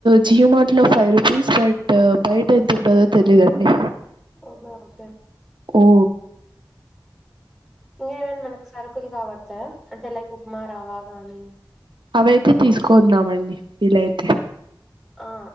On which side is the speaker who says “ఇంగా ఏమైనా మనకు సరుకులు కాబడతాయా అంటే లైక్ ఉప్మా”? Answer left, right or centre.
Centre